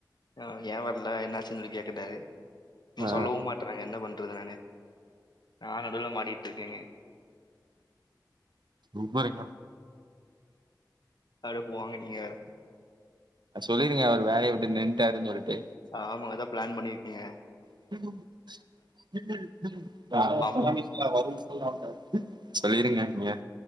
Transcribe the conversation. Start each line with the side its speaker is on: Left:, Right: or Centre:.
Left: ஆ ஏ வர்ல என்னாச்சுன்னு சொல்லி கேட்டுட்டாரு இவன்
Right: ஆ
Left: சொல்லவு மாட்றா என்ன பண்றது நானு நா நடுவுல மாட்டிட்ருக்கேங்க
Right: குட் மார்னிங் மேம்
Left: அட போங்க நீங்க வேற
Right: அ சொல்லிருங்க அவரு வேலைய விட்டு நின்ட்டாருன்னு சொல்ட்டு
Left: ஆமா அத்தா பிளான் பண்ணியிருக்கங்க
Right: <unintelligible>
Left: பாப்போ
Right: சொல்லிருங்க நீங்க